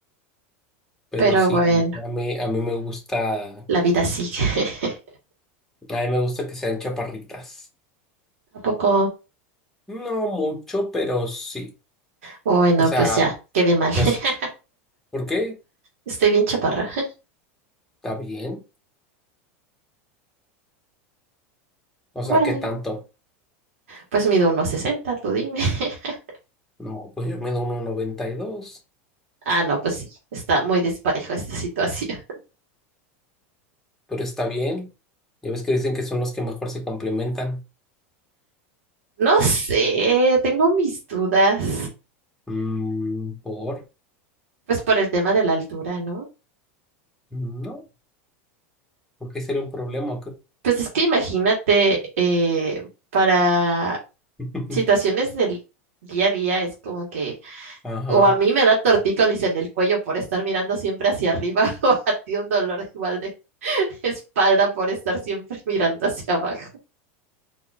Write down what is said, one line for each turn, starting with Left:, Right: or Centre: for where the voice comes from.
Centre: Pero
Right: Pero
Centre: sí,
Right: bueno,
Centre: a mí, a mí me gusta, a
Right: la vida sigue. <laughs>
Centre: mí me gusta que sean chaparritas.
Right: Tampoco.
Centre: No mucho, pero sí.
Right: poco? Uy, no,
Centre: O sea,
Right: pues ya, quedé mal. <laughs>
Centre: no ¿Por qué?
Right: Estoy bien chaparra. <laughs>
Centre: Está bien. O
Right: Bueno,
Centre: sea, ¿qué tanto?
Right: pues mido unos 60. tú dime. <laughs>
Centre: No, pues yo mido 1.92,
Right: Ah, no, pues sí, está muy disparejo esta situación.
Centre: pero está bien. Ya ves que dicen que son los que mejor se complementan.
Right: No sé, tengo mis dudas.
Centre: Mm, ¿por?
Right: Pues por el tema de la altura, ¿no?
Centre: No, ¿por qué sería un problema? o qué?
Right: Pues es que imagínate, eh, para
Centre: <laughs>
Right: situaciones del día a día es como que,
Centre: Ajá.
Right: o a mí me da tortícolis en el cuello por estar mirando siempre hacia arriba, <laughs> o a ti un dolor igual de <laughs> espalda por estar siempre mirando hacia abajo.